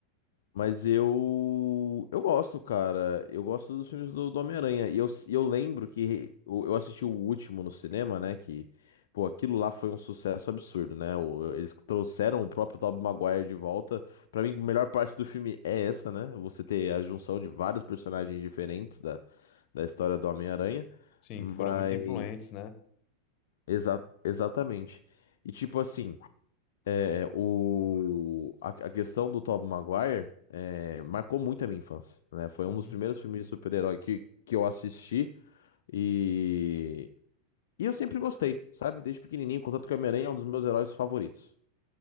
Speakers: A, on the left; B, on the left.
A: Mas eu. Eu gosto, cara. Eu gosto dos filmes do, do Homem-Aranha. E eu, e eu lembro que eu eu assisti o último no cinema, né? Que, pô, aquilo lá foi um sucesso absurdo, né? O- Eles trouxeram o próprio Tobey Maguire de volta. Pra mim, a melhor parte do filme é essa, né? Você ter a junção de vários personagens diferentes da, da história do Homem-Aranha.
B: Sim,
A: Mas.
B: que foram muito influentes, né?
A: Exa exatamente. E tipo assim. É, o, a, a questão do Tobey Maguire é, marcou muito a minha infância, né? Foi um
B: Uhum.
A: dos primeiros filmes de super-herói que, que eu assisti e, e eu sempre gostei, sabe? Desde pequenininho, contanto que o Homem-Aranha é um dos meus heróis favoritos.